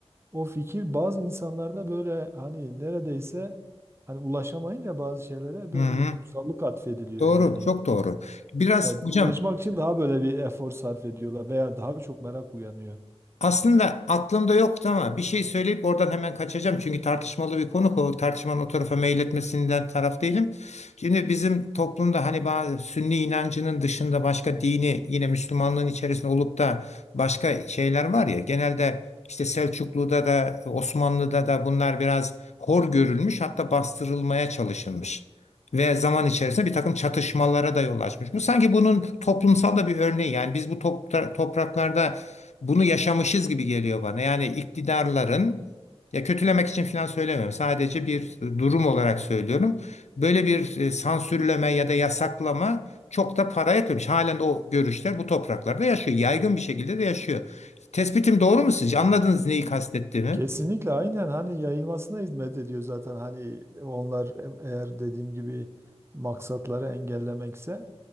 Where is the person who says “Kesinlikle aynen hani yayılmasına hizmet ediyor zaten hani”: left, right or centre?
Right